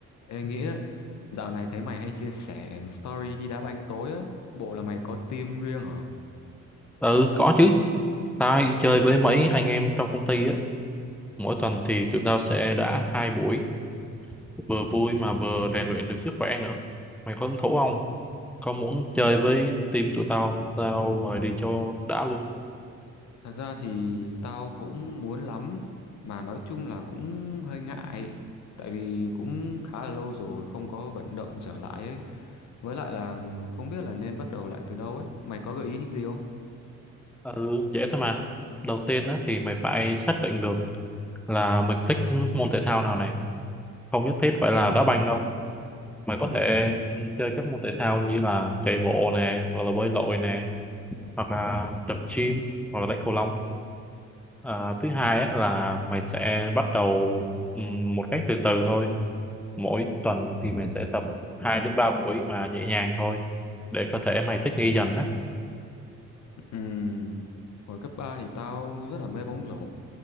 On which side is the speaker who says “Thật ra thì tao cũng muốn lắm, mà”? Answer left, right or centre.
Left